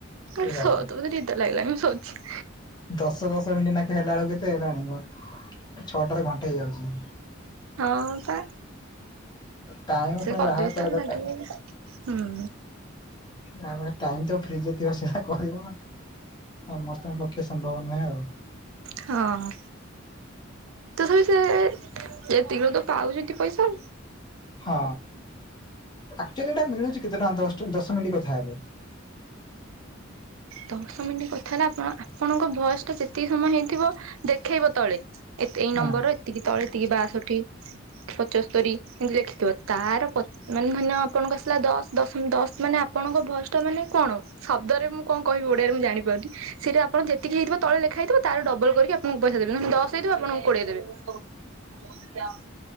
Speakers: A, on the right; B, on the left.
A: <inaudible>
B: ଏ ବାବାରେ
A: ନିିଦ ଲାଗିଲାଣି ମୁଁ ଶୋଉଚି।
B: ଦଶ, ଦଶ ମିନିଟ୍ ନାଖେ ହେଲାବେଳକୁ କେତେ ହେଲାଣି କହୁନୁ? ଛଅଟାରେ ଘଣ୍ଟେ ହେଇଯାଉଛି।
A: ହଁ ବା
B: ଟାଇମ
A: ସେ
B: ପୁଣି
A: <inaudible>
B: ବାହାର କରିବା ଦରକାର
A: ହୁଁ।
B: ଯା ପାଖରେ ଟାଇମତ ଫ୍ରିିଥିବ ସେତ କରିବ, ସମସ୍ତଙ୍କ ପକ୍ଷେଇ ସମ୍ଭବ ନୁହେଁ ଆଉ।
A: ହଁ। ତଥପି, ସେ ଏତିକିରୁ ତ ପାଉଛନ୍ତି ପଇସା।
B: ହଁ, ଆକଚୁଆଲି ଏଇଟା ମିଳୁଛି କେତେ ଟଙ୍କା ଦାଶ, ଦଶ ମିନିଟ୍ କଥା ହେଲେ?
A: ଦଶ ମିନିଟ୍ କଥା ହେଲେ, ଆପଣ ଆପଣଙ୍କ ଭଏସଟା ଯେତିକି ସମୟ ହେଇଥିବ ଦେଖେଇବ ତଳେ। ଏ ଏଇ
B: ହଁ।
A: ନମ୍ବରର ଏତିକି ତଳେ ଏତିକି ବାଷଠି, ପଞ୍ଚସ୍ତରୀ ଏମିତି ଲେଖିଥିବ, ତାର ମାନେ ଧରିନିଅ ଆପଣଙ୍କ ଆସିଲା ଦଶ, ଦଶ, ଦଶ ମାନେ ଆପଣଙ୍କ ଭଏସଟା ମାନେ କଣ? ଶବ୍ଦରେ ମୁଁ କଣ କହିବୁ ଓଡ଼ିଆରେ ମୁଁ ଜଣିପାରୁନି ସେଇଠି ଆପଣଙ୍କର ଯେତିକି ହେଇଥିବ ତଳେ ଲେଖାହେଇଥିବ ତାର ଡବଲ କରିକି ଆପଣଙ୍କୁ ପଇସା ଦେବେ ନହେଲେ ଦଶ ହେଇଥିବ ଆପଣଙ୍କୁ କୋଡିଏ ଦେବେ।